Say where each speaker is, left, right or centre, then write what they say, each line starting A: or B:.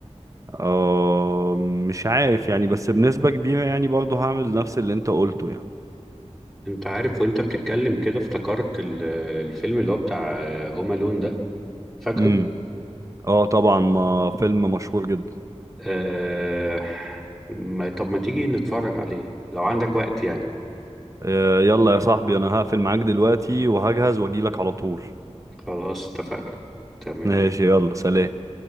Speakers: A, on the right (about 25°); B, in the centre.
A: آه، مش عارف يعني بس بنسبة كبيرة يعني برضه هعمل نفس اللي انت قلته
B: انت عارف وانت بتتكلم كده افتكرت ال- الفيلم اللي هو بتاع هوم الون ده فاكره
A: يعني اه طبعا ما فيلم مشهور جدا
B: آه... ما... طب ما تيجي نتفرج عليه لو عندك وقت يعني
A: آه، يلا يا صاحبي انا هقفل معاك دلوقتي وهجهز واجيلك على طول
B: خلاص اتفقنا تمام
A: ماشي يلا سلام